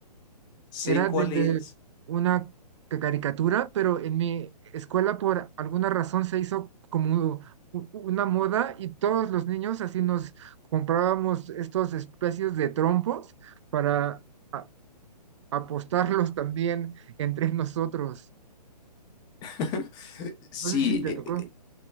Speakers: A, on the left (about 20°); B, on the right (about 45°).
A: Sé
B: Era
A: cuál
B: de
A: es.
B: una ca- caricatura, pero en mi escuela por alguna razón se hizo como u- una moda y todos los niños así nos comprábamos estos especies de trompos para a- apostarlos también entre nosotros.
A: <laughs> Sí,
B: No sé si
A: eh,
B: te tocó.
A: eh,